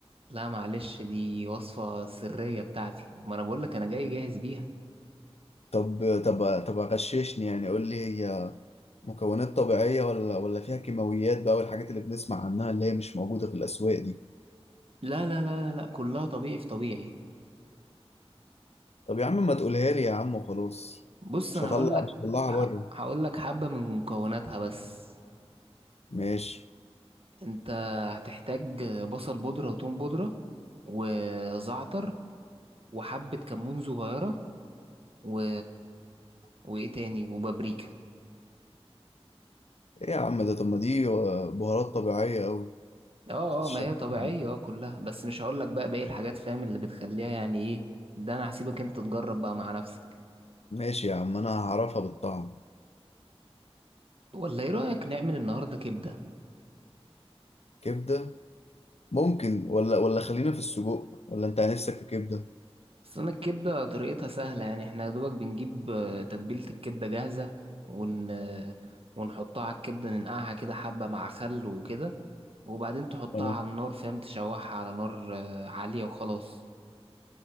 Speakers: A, on the right; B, on the left.
A: لا معلش دي وصفة سرية بتاعتي ما انا بقول لك انا جاي جاهز بيها
B: طب طب طب غششني يعني قول لي هي مكونات طبيعية ولا ولا فيها كيماويات بقى والحاجات اللي بنسمع عنها اللي هي مش موجودة في الأسواق دي
A: لا لا لا لا لا، كلها طبيعي في طبيعي
B: طب يا عم ما تقولها لي يا عم وخلاص
A: بص
B: مش
A: انا
B: هطلع
A: هقول لك
B: مش هطلعها
A: ه-
B: بره
A: هقول لك حبة من مكوناتها بس
B: ماشي
A: انت هتحتاج بصل بودرة وتوم بودرة وزعتر وحبة كمون صغيرة و... وايه تاني وبابريكا
B: ايه يا عم ده طب ما دي بهارات طبيعية أوي
A: اه
B: بتشتغل
A: اه ما هي طبيعية
B: يعني.
A: اه كلها بس مش هقول لك بقى باقي الحاجات فاهم اللي بتخليها يعني ايه ده انا هسيبك انت تجرب بقى مع نفسك
B: ماشي يا عم انا هعرفها بالطعم
A: ولا ايه رأيك نعمل النهاردة كبدة
B: كبدة ممكن ولا ولا خلينا في السجق ولا انت نفسك في كبدة
A: بس انا الكبده طريقتها سهله يعني احنا يا دوبك بنجيب آه، تتبيله الكبده جاهزه ون آه، ونحطها على الكبده ننقعها كده حبه مع خل وكده وبعدين تحطها
B: اه
A: على النار فاهم تشوحها على نار آه، عاليه وخلاص